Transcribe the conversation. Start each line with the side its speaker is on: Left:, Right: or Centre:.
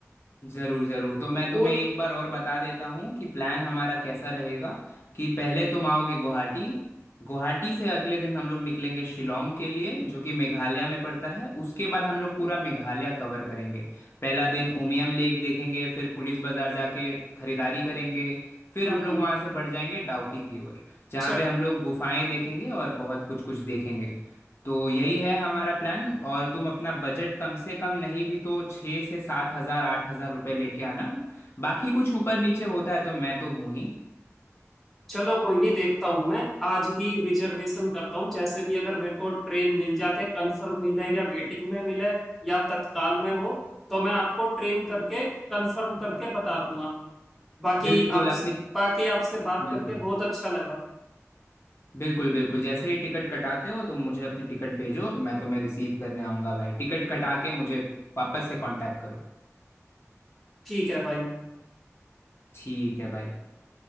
Left: ज़रूर ज़रूर तो मैं तुम्हें
Centre: पूर
Left: एक बार और बता देता हूँ कि प्लान हमारा कैसा रहेगा कि पहले तुम आओगे गुवाहाटी गुवाहाटी से अगले दिन हम लोग निकलेंगे शिलोंग के लिए जो कि मेघालय में पड़ता है उसके बाद हम लोग पूरा मेघालय कवर करेंगे पहला दिन उमियम लेक देखेंगे फिर पुलिस बाज़ार जाके खरीदारी करेंगे फिर
Centre: हम्म
Left: हम लोग
Centre: हम्म
Left: वहाँ से बढ़ जाएंगे डाउकी की ओर जहाँ
Centre: च-
Left: पे हम लोग गुफाएं देखेंगे और बहुत कुछ कुछ देखेंगे तो यही है हमारा प्लान और तुम अपना बजट कम से कम नहीं भी तो छः से सात हज़ार आठ हज़ार रुपये लेके आना बाकी कुछ ऊपर नीचे होता है तो मैं तो हूँ ही
Centre: चलो कोई नहीं देखता हूँ मैं आज ही रिजर्वेशन करता हूँ जैसे भी अगर मेरे को ट्रेन मिल जाती है कंफर्म मिले या वेटिंग में मिले या तत्काल में हो तो मैं आपको ट्रेन करके कंफर्म करके बता दूंगा बाकी
Left: बिल्कुल
Centre: आप
Left: अपनी
Centre: बाकी आपसे बात
Left: बिल्कुल
Centre: करके बहुत अच्छा लगा
Left: बिल्कुल बिल्कुल जैसे ही टिकट कटाते हो तो मुझे अपनी टिकट भेजो मैं तुम्हें रिसीव करने आऊँगा भाई टिकट कटा के मुझे वापस से कांटेक्ट करो
Centre: ठीक है भाई
Left: ठीक है भाई